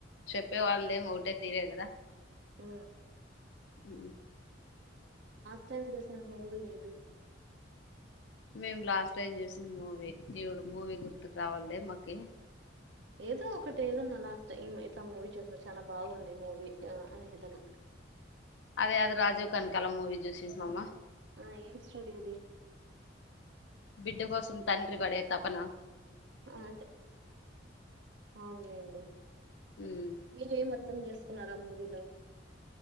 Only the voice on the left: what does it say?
చెప్పే వాళ్ళద ఏమ ఒకటే తీరే కదా
ఉ
మేం లాస్ట్ టైం చూసింది మూవీ ఈవిడు మూవీ గుర్తుకు రావాలదే మాకి
అదే అదు రాజీవ్ కనుక కల మూవీ చూసించమామ్మా
బిడ్డ కోసం తండ్రి పడే తప్పనా
ఉమ్